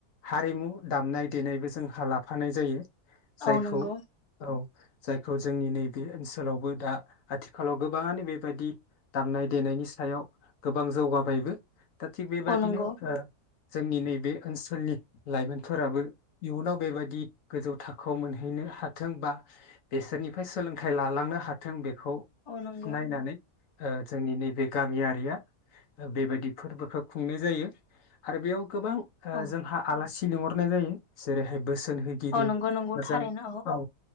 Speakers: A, on the left; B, on the left.
A: हारिमु दामनाय देनायबो जोंहा लाफानाय जायो। जायखौ
B: औ नंगौ
A: औ। जायखौ जोंनि नैबे ओनसोलावबो दा आथिखालाव गोबाङानो बेबायादि दामनाय देनायनि सायाव गोबां जौगाबायबो। दा थिग बेबादिनो
B: औ नंगौ
A: ओ। जोंनि नैबे। बे ओनसोलनि लाइमोनफोराबो इयुनाव बेबादि गोजौ थाखोआव मोनहैनो हाथों बा बेसोरनिफ्राय सोलोंथाइ लालांनो हाथों। बेखौ
B: औ नंगौ
A: नायनानै। ओ जोंनि नैबे गामियारिया बेबायदि फोरबोखौ खुंनाय जायो आरो बेयाव गोबां। ओ
B: औ
A: जोंहा आलासि। लिंहरनाय जायो जेरैहाय <unintelligible> बोसोनहोगिरि
B: औ नंगौ नंगौ
A: मोजां
B: थारैनो
A: औ।